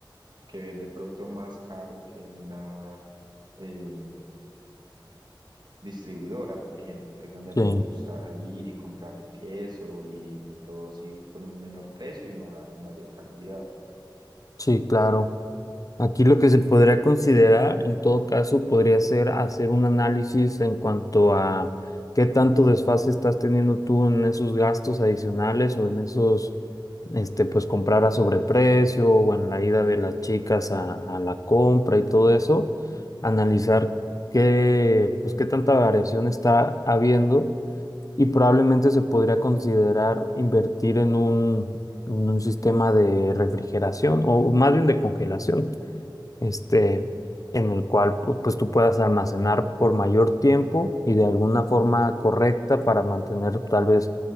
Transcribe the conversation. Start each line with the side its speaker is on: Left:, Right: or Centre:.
Right: que vende el producto más caro que en una eh, distribuidora, por ejemplo, que es donde a
Left: sí,
Right: mí me gusta ir y comprar el queso y, y todo así por un menor precio y, ma- y mayor cantidad.
Left: sí, claro. Aquí lo que se podría considerar, en todo caso, podría ser hacer un análisis en cuanto a qué tanto desfase estás teniendo tú en esos gastos adicionales o en esos, este, pues comprar a sobreprecio o en la ida
Right: Mm,
Left: de las chicas a, a la compra y todo eso. Analizar qué, pues qué tanta variación está habiendo y probablemente se podría considerar invertir en un, en un sistema de refrigeración o más bien de congelación este, en el cual pu- pues, tú puedas almacenar por mayor tiempo y de alguna forma correcta para mantener
Right: mm.
Left: tal vez